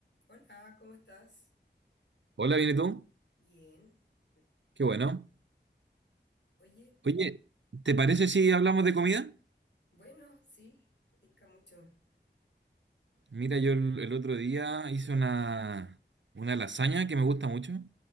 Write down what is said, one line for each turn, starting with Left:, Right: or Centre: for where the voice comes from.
Left: Hola, ¿cómo estás?
Right: Hola, ¿viene tú?
Left: Bien. Qué-
Right: Qué bueno.
Left: Oye,
Right: Oye, ¿te parece si hablamos de comida?
Left: bueno, sí, tinca mucho.
Right: Mira, yo el, el otro día hice una, una lasaña que me gusta mucho.